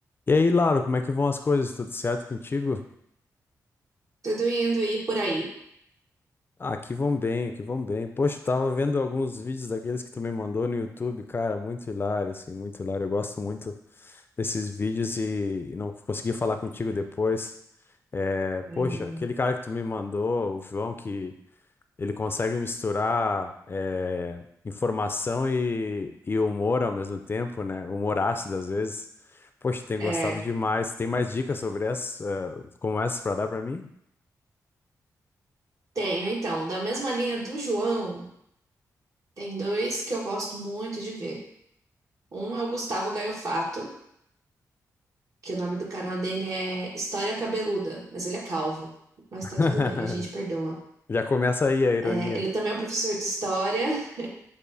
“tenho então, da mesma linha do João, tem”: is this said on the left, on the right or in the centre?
Right